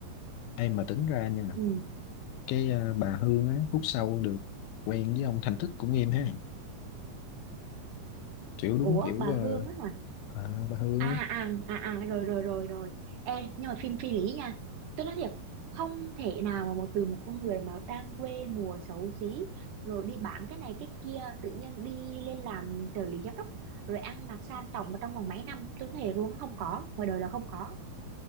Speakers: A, on the left (about 85°); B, on the right (about 70°).
A: em mà tính ra nha
B: ừ
A: cái à, bà Hương á phút sau được quen với ông Thành Thức cũng em ha kiểu đúng
B: ủa
A: kiểu
B: bà
A: ờ,
B: Hương á hả
A: à, bà Hương
B: à à à à rồi rồi rồi rồi Ê, nhưng mà phim phi lý nha tôi nói thiệt không thể nào mà một từ một con người mà đang quê mùa xấu xí rồi đi bán cái này cái kia tự nhiên đi lên làm trợ lý giám đốc rồi ăn mặc sang trọng mà trong vòng mấy năm tôi thấy luôn không có ngoài đời là không có